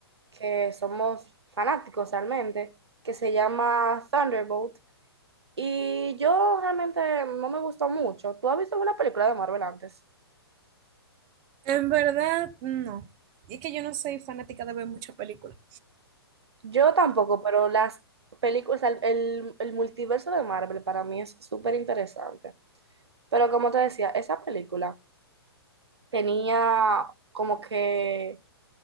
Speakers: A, on the right; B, on the right.
A: que somos fanáticos realmente, que se llama Thunderbolt, y yo realmente no me gustó mucho. ¿Tú has visto una película de Marvel antes?
B: En verdad, no. Es que yo no soy fanática de ver muchas películas.
A: Yo tampoco, pero las películas, el, el- el multiverso de Marvel para mí es súper interesante. Pero como te decía, esa película tenía como que